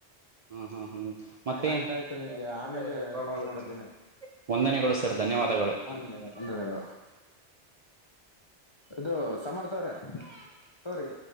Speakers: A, on the right (about 50°); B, on the left (about 40°).
A: ಹ್ಮ್ ಹ್ಮ್ ಹ್ಮ್. ಮತ್ತೇ
B: ಆಯ್ತಾಯ್ತು
A: ಆಯ್ತ್ ಆಯ್ತ್
B: ನಿನ್ಗೆ
A: ಆಮೇಲೆ ಕಾಲ್ <unintelligible>
B: ಮಾಡತ್ತೇನೆ
A: ವಂದನೆಗಳು ಸರ್ ಧನ್ಯವಾದಗಳು.
B: ವಂದನೆ ವಂದನೆಗಳು. ಇದು ಸಮರ್ಥ ಅವರೇ ತಗೋರಿ.